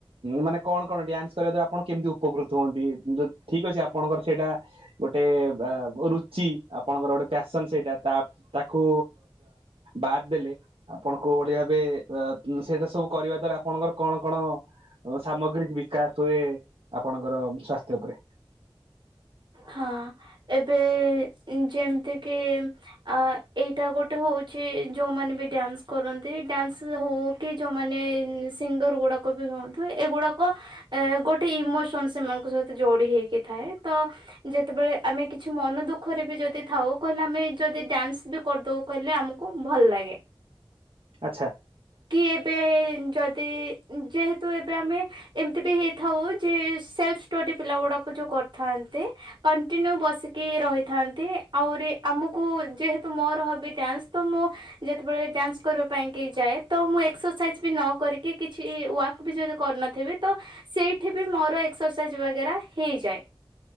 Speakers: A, on the right; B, on the right.
A: ମାନେ କଣ କଣ ଡ୍ୟାନ୍ସ କରିବାକୁ ଆପଣ କେମିତି ଉପକୃତ ହୁଅନ୍ତି ଠିକ ଅଛି ଆପଣଙ୍କର ସେଇଟା ଗୋଟେ ରୁଚି ଆପଣଙ୍କର ଗୋଟେ ପ୍ୟାସନ ସେଇଟା ତା ତାକୁ ବାଦ୍ ଦେଲେ ଆପଣ କୋଉ ଭଳି ଭାବେ ସେଇଟା ସବୁ କରିବା ଦ୍ଵାରା ଆପଣଙ୍କର କଣ କଣ ସାମଗ୍ରୀକ ବିକାଶ ହୁଏ ଆପଣଙ୍କର ସ୍ଵାସ୍ଥ୍ୟ ଉପରେ?
B: ହଁ ଏବେ ଯେମିତି କିି ଆ ଏଇଟା ଗୋଟେ ହଉଛି ଯୋଉମାନେ ବି ଡ୍ୟାନ୍ସ କରନ୍ତି ଡ୍ୟାନ୍ସ ହଉ କି ଯୋଉମାନେ ସିଙ୍ଗର ଗୁଡାକ ବି ହୁଅନ୍ତୁ ଏଗୁଡାକ ଏ ଗୋଟେ ଇମୋସନ ସେମାନଙ୍କ ସହିତ ଯୋଡି ହେଇକି ଥାଏ ତ ଯେତେବେଳେ ଆମେ କିଛି ମନ ଦୁଖରେ ବି ଯଦି ଥାଉ କହିଲେ ଆମେ ଯଦି ଡ୍ୟାନ୍ସ ଦେ କରିଦବୁ କହିଲେ ଆମକୁ ଭଲ ଲାଗେ।
A: ଆଚ୍ଛା।
B: କି ଏବେ ଯଦି ଯେହେତୁ ଏବେ ଆମେ ଏମିତି ବି ହେଇଥାଉ ଯେ ସେଲ୍ଫ ଷ୍ଟଡି ପିଲା ଗୁଡାକୁ ଯୋଉ କରିଥାନ୍ତି। କଣ୍ଟିନ୍ୟୁ ବସିକି ରହିଥାନ୍ତି ଆହୁରି ଆମକୁ ଯେହେତୁ ମୋର ହବି ଡ୍ୟାନ୍ସ ତ ମୁଁ ଯେତେବେଳେ ଡ୍ୟାନ୍ସ କରିବା ପାଇଁ କେ ଯାଏ ତ ମୁଁ ଏକ୍ସରସାଇଜ ବି ନ କରିକି କିଛି ୱାକ୍ ବି ଯଦି କରିନଥିବେ ତ ସେଇଠି ବି ମୋର ଏକ୍ସରସାଇଜ ବଗେରା ହେଇଯାଏ।